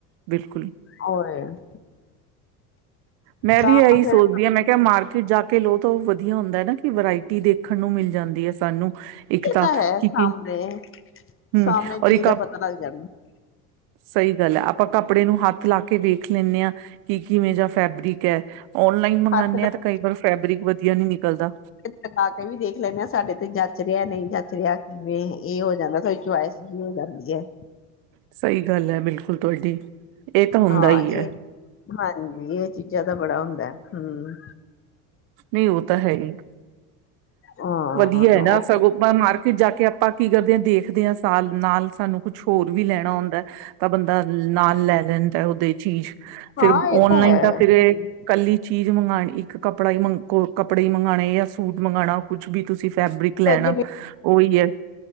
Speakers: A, on the right; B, on the left.
A: ਬਿਲਕੁਲ
B: ਹਮ
A: ਮੈਂ
B: ਤਾਂ
A: ਵੀ ਇਹੀ
B: ਫਿਰ
A: ਸੋਚਦੀ ਹਾਂ ਮੈਂ ਕਿਹਾ ਮਾਰਕੀਟ ਜਾ ਕੇ ਲੋ ਤੋਂ ਵਧੀਆ ਹੁੰਦਾ ਹੈ ਨਾ ਕਿ ਵਰਾਇਟੀ ਦੇਖਣ ਨੂੰ ਮਿਲ ਜਾਂਦੀ ਹੈ ਸਾਨੂੰ ਇੱਕ
B: ਇਹ
A: ਤਾਂ
B: ਹੈ
A: ਕਿ
B: ਸਾਹਮਣੇ
A: ਹਮ
B: ਸਾਹਮਣੇ
A: ਔਰ
B: ਚੀਜ਼
A: ਇੱਕ
B: ਦਾ ਪਤਾ ਲੱਗ ਜਾਂਦਾ
A: ਸਹੀ ਗੱਲ ਹੈ ਆਪਾਂ ਕੱਪੜੇ ਨੂੰ ਹੱਥ ਲਾ ਕੇ ਵੇਖ ਲੈਂਦੇ ਹਾਂ ਕਿ ਕਿਵੇਂ ਜਾਂ ਫੈਬਰਿਕ ਹੈ ਓਨਲਾਈਨ ਮੰਗਾਂਨੇ
B: ਹੱਥ ਲੱ
A: ਆ ਤੇ ਕਈ ਵਾਰ ਫੈਬਰਿਕ ਵਧੀਆ ਨੀ ਨਿਕਲਦਾ
B: ਲਗਾ ਕੇ ਵੀ ਦੇਖ ਲੈਂਦੇ ਹਾਂ ਸਾਡੇ ਤੇ ਜੱਚ ਰਿਹਾ ਨਹੀਂ ਜਾਂਚ ਰਿਹਾ ਕਿਵੇਂ ਇਹ ਹੋ ਜਾਂਦਾ ਡੀ ਚੁਆਇਸ ਜ ਹੋ ਜਾਂਦੀ ਹੈ
A: ਸਹੀ ਗੱਲ ਹੈ ਬਿਲਕੁਲ ਤੁਹਾਡੀ ਇਹ ਤਾਂ ਹੁੰਦਾ
B: ਹਾਂ
A: ਹੀ ਹੈ
B: ਇਹ ਹਾਂਜੀ ਇਹ ਚੀਜ਼ਾਂ ਦਾ ਬੜਾ ਹੁੰਦਾ ਹਮ
A: ਨਹੀਂ ਉਹ ਤਾਂ ਹੈ ਨਹੀਂ
B: ਹਾਂ
A: ਵਧੀਆ ਹੈ ਨਾ ਸਗੋਂ ਆਪਾਂ ਮਾਰਕੀਟ ਜਾ ਕੇ ਆਪਾਂ ਕੀ ਕਰਦੇ ਹਾਂ ਦੇਖ ਸਾਲ ਨਾਲ ਸਾਨੂੰ ਕੁਛ ਹੋਰ ਵੀ ਲੈਣਾ ਹੁੰਦਾ ਤਾਂ ਬੰਦਾ ਨਾਲ ਲੈ ਲੈਣ ਉਹਦੇ ਚੀਜ਼ ਫੇਿਰ
B: ਹਾਂ ਇਹ
A: ਓਨਲਾਈਨ
B: ਹੈ
A: ਤਾਂ
B: ਹਮ,
A: ਫੇਿਰ ਇਕੱਲੀ ਚੀਜ਼ ਮੰਗਵਾਉਣੀ ਇੱਕ ਕੱਪੜਾ ਹੀ ਮੰਗ ਕੋ ਕੱਪੜੇ ਹੀ ਮੰਗਾਉਣੇ ਜਾਂ ਸੂਟ ਮੰਗਵਾਉਣਾ ਕੁੱਝ ਵੀ ਤੁਸੀਂ ਫੈਬਰਿਕ ਲੈਣਾ
B: ਰ ਵੀ
A: ਉਹੀ ਹੈ